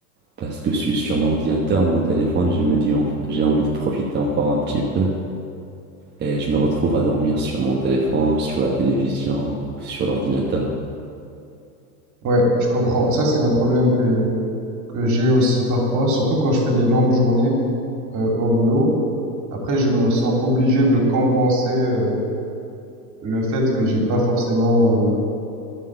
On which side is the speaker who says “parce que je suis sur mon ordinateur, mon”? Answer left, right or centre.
Right